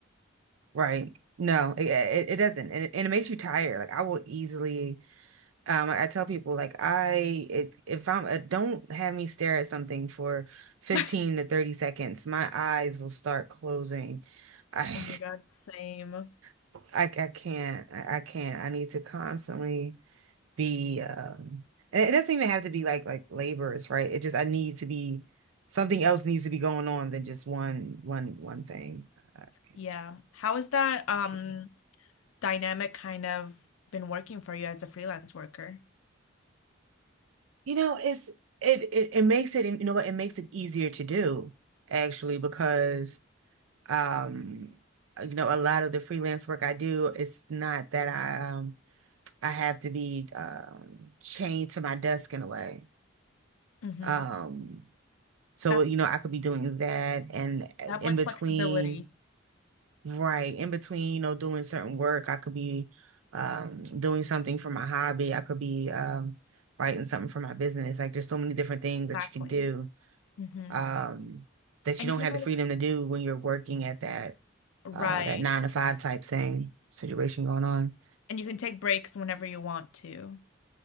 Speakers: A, on the right; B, on the left.
A: Right. No, it, it, it doesn't. And it, and it makes you tired. Like I will easily, um, I, I tell people like I, it, if I'm, uh, don't have me stare at something for 15
B: <laughs>
A: to 30 seconds. My eyes will start closing. I,
B: Oh my God, same.
A: <laughs> I, I can't, I, I can't. I need to constantly be, um, and it doesn't even have to be like, like labors, right? It just, I need to be, something else needs to be going on than just one, one, one thing. I can't,
B: Yeah. How has that um
A: I can't.
B: dynamic kind of been working for you as a freelance worker?
A: You know, it's it, it it makes it you know what it makes it easier to do actually because um you know a lot of the freelance work I do it's not that I um I have to be um chained to my desk in a way.
B: Mm-hmm.
A: Um so
B: That's
A: you know I could be doing that and uh,
B: you have
A: in
B: like
A: between
B: flexibility.
A: right in between you know doing certain work I could be um doing something for my hobby. I could be um writing something for my business. Like there's so many different things
B: Exactly.
A: that you can do
B: Mm-hmm.
A: um, that
B: And
A: you don't
B: you can
A: have
B: kind
A: the freedom
B: of
A: to do when you're working at that
B: right.
A: uh, that nine to five type thing situation going on.
B: And you can take breaks whenever you want to.